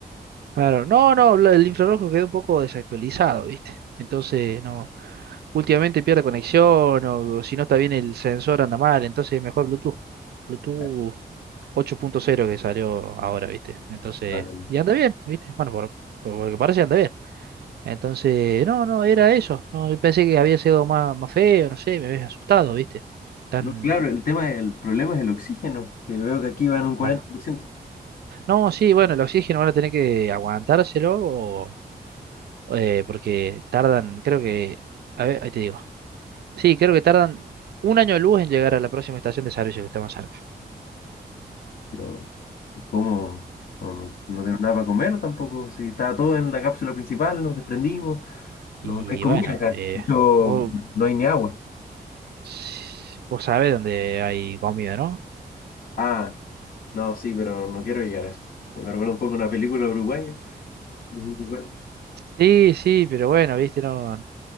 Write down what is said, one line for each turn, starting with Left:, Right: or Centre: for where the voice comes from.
Right: Claro, no, no, la- el infrarrojo quedó un poco desactualizado, ¿viste? Entonces, no, últimamente pierde conexión o, o si no está bien el sensor anda mal, entonces mejor Bluetooth. Bluetooth
Left: Ya,
Right: 8.0 que salió ahora, ¿viste? Entonces,
Left: claro,
Right: y anda bien, ¿viste? Bueno, por, por lo que parece anda bien. Entonces, no, no, era eso. No, yo pensé que había sido más, más feo, no sé, me había asustado, ¿viste? Tan,
Left: No, claro, el tema, el problema es el oxígeno, que veo que aquí van un cuarenta
Right: claro.
Left: por ciento
Right: No, sí, bueno, el oxígeno van a tener que aguantárselo o eh, porque tardan, creo que, a ver, ahí te digo. Sí, creo que tardan un año de luz en llegar a la próxima estación de servicio que está más cerca.
Left: Pero, ¿cómo? No, no, no tenemos nada para comer tampoco. Si estaba todo en la cápsula principal, nos desprendimos.
Right: Y
Left: No, no hay comida
Right: bueno,
Left: acá.
Right: eh,
Left: De hecho,
Right: vos,
Left: no hay ni agua.
Right: s- vos sabés dónde hay comida, ¿no?
Left: Ah, no, sí, pero no quiero llegar a eso. Me recuerda un poco una película uruguaya. Los uruguayos.
Right: Sí, sí, pero bueno, viste, no,